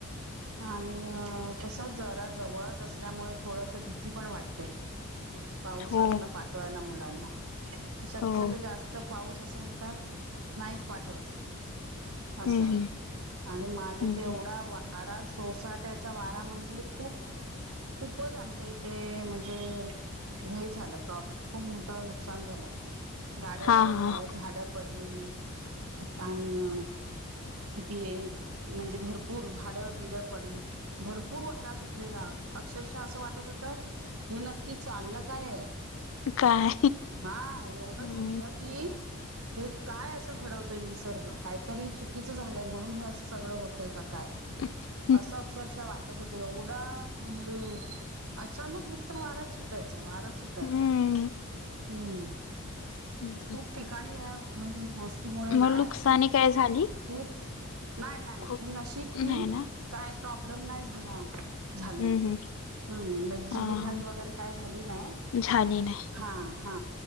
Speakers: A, on the right; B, on the left.
A: आणि कसं जरा जवळच असल्यामुळे, थोडसं भीती पण वाटते. पावसातनं
B: हो
A: पाठवायला मुलांना, शक्यतो
B: हो
A: जास्त जर पाऊस असेल तर, नाहीच पाठवत, असं.
B: हम्म हम्म
A: आणि मागे
B: हम्म
A: तेवढा
B: हम्म
A: वारा, सोसाट्याचा वारा म्हणजे खूप खूपच आमच्या इथे म्हणजे लई झाला प्रोब्लेम. खूप मोठं नुकसान झालं, गाड्यांवर
B: हा हा
A: काय, झाडं पडली. पाणी किती आहे? म्हणजे भरपूर झा झाडंबिड पडली. भरपूर वारा सुटलेला, अक्षरशः असं वाटत होतं हे नक्की चाललं काय आहे?
B: काय
A: हा, एवढं
B: हम्म
A: झालेलं की हे, काय असं घडवतोय निसर्ग. काहीतरी चुकीचं झालंय, म्हणून हे असं सगळं होतय का काय?
B: हं.
A: असं अक्ष् अक्षरशः वाटत होतं. एवढा म्हणजे अचानक नुसता वाराच सुटायचा वारा च सुटायचा.
B: हम्म
A: हम्म.
B: हम्म
A: खूप ठिकाणी या म्हणजे गोष्टीमुळे ना,
B: मग नुकसानी
A: खूप
B: काय झाली
A: खुप. नाय नाय
B: खूप
A: ते नशीब
B: नाही
A: की,
B: ना
A: काय प्रॉब्लेम नाय झाला. झालं
B: हम्म
A: एक.
B: हम्म
A: मी जीवितहानी
B: हा हा
A: वगैरे, काय झाली नाही,
B: झाली नाही.
A: हा हा,